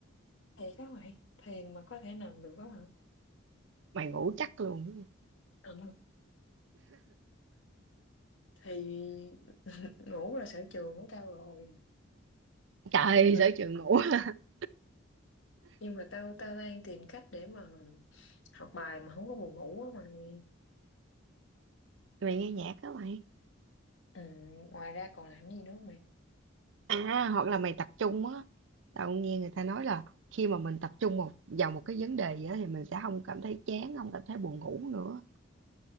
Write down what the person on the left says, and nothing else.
Thiệt đó mày, thiền mà có thể nằm được đó hả?
Ừ. Thì <laughs> ngủ là sở trường của tao rồi.
Nhưng mà
nhưng mà tao tao đang tìm cách để mà học bài mà không có buồn ngủ á mày
ừ, ngoài ra còn làm gì nữa không mày